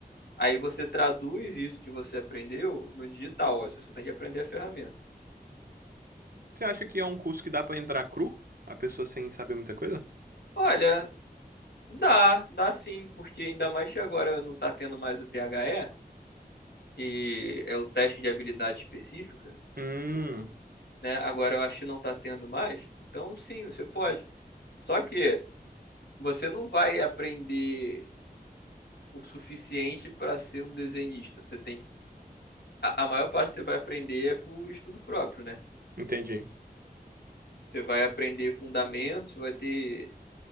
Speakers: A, on the left; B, on the right.
A: Aí você traduz isso que você aprendeu no digital, ó, você só tem que aprender a ferramenta.
B: Você acha que é um curso que dá pra entrar cru? A pessoa sem saber muita coisa?
A: Olha, dá, dá sim, porque ainda mais que agora não está tendo mais o T H E, que é o teste de habilidade específica,
B: Hum,
A: né? Agora eu acho que não está tendo mais, então sim, você pode. Só que você não vai aprender o suficiente para ser um desenhista. Você tem que- a, a maior parte que você vai aprender é por estudo próprio, né?
B: entendi.
A: Você vai aprender fundamentos, você vai ter,